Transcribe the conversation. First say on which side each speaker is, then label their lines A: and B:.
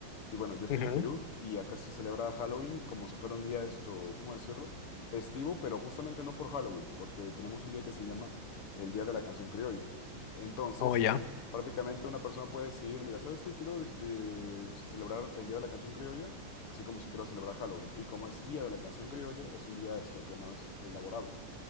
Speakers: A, on the left; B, on the left.
A: Y bueno, yo estoy
B: Ujú.
A: en Perú y acá se celebra Halloween como si fuera un día esto, ¿cómo decirlo? Festivo, pero justamente no por Halloween, porque tenemos un día que se llama el Día de la Canción Criolla. Entonces,
B: Oh, ya.
A: prácticamente una persona puede decidir, mira, ¿sabes qué? Quiero de- de- no sé, celebrar el Día de la Canción Criolla, así como si quiero celebrar Halloween. Y como es Día de la Canción Criolla, es un día esto que no es eh, laborable.